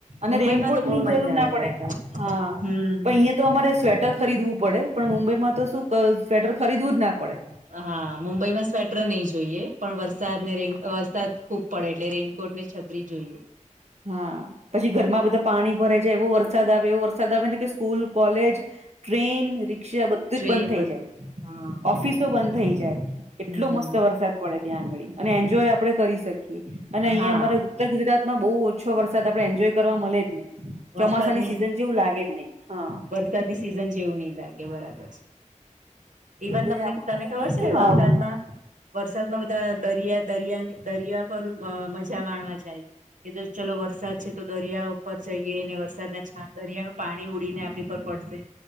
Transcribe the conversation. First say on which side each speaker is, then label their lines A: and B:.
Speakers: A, on the right; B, on the right.
A: અને
B: મુંબઈમાં
A: રેનકોટ
B: તો બહુ
A: ની
B: મજા
A: જરૂર
B: આવે
A: ના પડે
B: વરસાદ
A: હા
B: હમ
A: પણ અહીયા તો અમારે સ્વેટર ખરીદવું પડે પણ મુંબઈમાં તો શું ક સ્વેટર ખરીદવું જ ના પડે.
B: હા મુંબઈમાં સ્વેટર નહી જોઈએ પણ વરસાદ ને રેન અ વરસાદ ખૂબ. પડે એટલે રેનકોટ ને છત્રી જોઈએ.
A: હા પછી ઘરમાં બધા પાણી ભરાઈ જાય એવો વરસાદ આવે એવો વરસાદ આવેને કે સ્કૂલ કોલેજ ટ્રેન ર છે બધું
B: ટ્રેન
A: જ બંધ થઈ
B: બધું
A: જાય
B: હા
A: ઓફિસ તો બંધ થઈ જાય એટલો
B: હમ.
A: મસ્ત વરસાદ પડે ત્યાં આંગળી અને એન્જોય આપડે કરી શકીએ. અને અહિયા
B: હા
A: અમારે ઉત્તર ગુજરાત માં બહુ ઓછો વરસાદ આપડે એન્જોય કરવા મળે જ નહી.
B: વરસાદ
A: ચોમાસાની સિઝન જેવું લાગે જ નહી હા.
B: ત ની સિઝન જેવું નહી લાગે બરાબર છે. ઇવન
A: એટલે
B: તમને
A: આપણને
B: તને ખબર
A: કેમ
B: છે વરસાદમાં
A: આવું
B: વરસાદમાં બધા દરિયા દરિયાની દરિયા પર અ મજા માણવા જાય. એ તો ચાલો વરસાદ છે તો દરિયા ઉપર જઈએ ને વરસાદના છાંટા દરિયા નું પાણી ઉડીને આપણી પર પડશે.